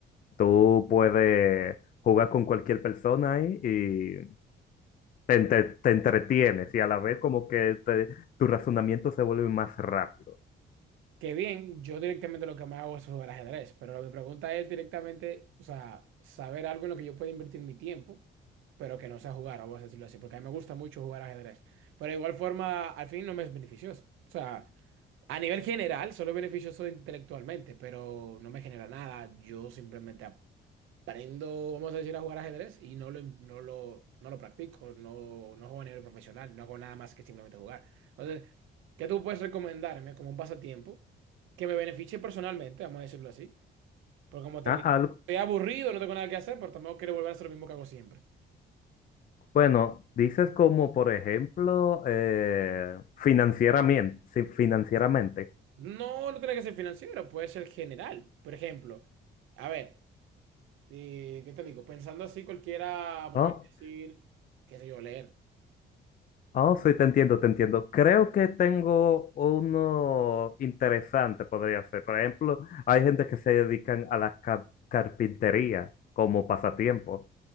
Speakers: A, on the left (about 45°); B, on the right (about 85°).
A: tú puedes jugar con cualquier persona ahí y te, entre- te entretienes y a la vez como que te- tu razonamiento se vuelve más rápido.
B: Que bien, yo directamente lo que me hago es jugar ajedrez, pero mi pregunta es directamente, o sea, saber algo en lo que yo pueda invertir mi tiempo, pero que no sea jugar, vamos a decirlo así, porque a mí me gusta mucho jugar ajedrez, pero de igual forma, al fin no me es beneficioso. O sea, a nivel general, solo es beneficioso intelectualmente, pero no me genera nada, yo simplemente Aprendo, vamos a decir, a jugar ajedrez y no lo, no lo, no lo practico, no, no juego a nivel profesional, no hago nada más que simplemente jugar. Entonces, ¿qué tú puedes recomendarme como un pasatiempo que me beneficie personalmente, vamos a decirlo así? Porque como te
A: Ah,
B: digo,
A: al-
B: estoy aburrido, no tengo nada que hacer, pero tampoco quiero volver a hacer lo mismo que hago siempre.
A: bueno, dices como, por ejemplo, eh, financieramente, sí, financieramente.
B: No, no tiene que ser financiero, puede ser general. Por ejemplo, a ver, eh, ¿qué te digo? Pensando así, cualquiera podría
A: Oh,
B: decir, qué sé yo, leer.
A: oh, sí, te entiendo, te entiendo. Creo que tengo uno interesante, podría ser. Por ejemplo, hay gente que se dedican a la ca- carpintería como pasatiempo.